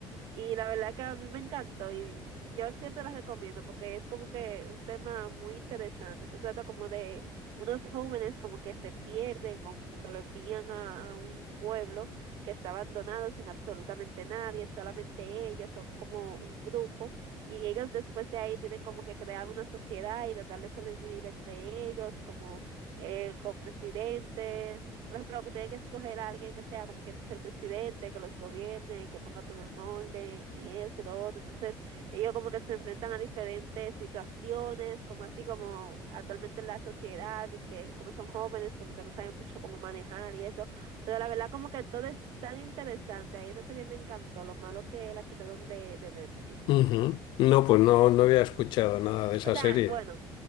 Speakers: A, on the right (about 60°); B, on the left (about 60°).
A: Y la verdad que a mí me encantó y yo siempre las recomiendo porque es como que un tema muy interesante. Se trata como de unos jóvenes como que se pierden, o como que lo envían a, a un pueblo que está abandonado sin absolutamente nadie, solamente ellos, son como un grupo y ellos después de ahí tienen como que crear una sociedad y tratar de sobrevivir entre ellos, como eh, con presidentes, por ejemplo, que tienen que escoger a alguien que sea como quien dice el presidente, que los gobierne y que ponga todo en orden y eso y lo otro. Entonces, ellos como que se enfrentan a diferentes situaciones, como así como actualmente en la sociedad y que como son jóvenes, como que no saben mucho cómo manejar y eso. Pero la verdad como que todo es tan interesante. Ahí esa serie me encantó. Lo malo que la quitaron de, de Netflix.
B: Ujú. No, pues no, no había escuchado nada de esa
A: O sea,
B: serie.
A: bueno,